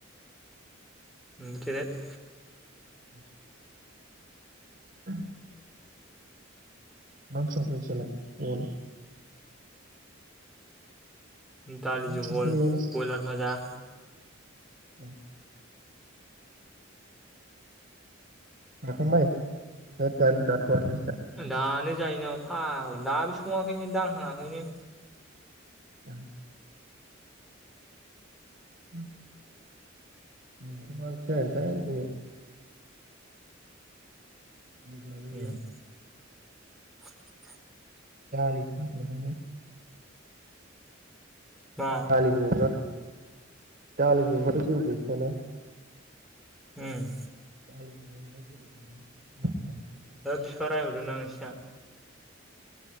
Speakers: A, in the centre; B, on the right (about 45°).
A: एम्बु थेरेद
B: <inaudible> <inaudible> मा ओंख्रि संखो नोंसारलाय न'वाव ना
A: दालि
B: मा ओंख्रि
A: जहल
B: संखो न'आवलाय
A: बयलार भाजा
B: <inaudible> जाखांबाय <unintelligible> दानो जाथ'आनो
A: दानो जायो नामा फाग्ला दाबो सङाखैनो दांहाङाखैनो
B: उम <inaudible> जोंनाथ मा ओंख्रि जागोन थाय दिनै <unintelligible> गैया
A: उम <unintelligible>
B: <unintelligible>
A: मा
B: हालिजो उलार। दालिजों बाथ' जेबो गैखाया ना।
A: उम।
B: दालि जल <unintelligible>
A: हो बिफा रायहरदों ना नोंसिना।